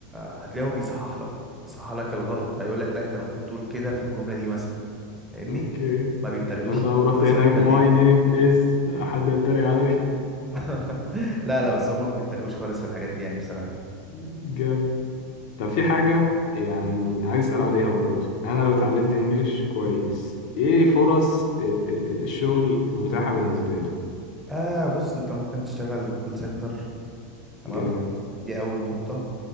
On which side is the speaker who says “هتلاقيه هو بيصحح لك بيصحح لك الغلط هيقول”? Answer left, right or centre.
Centre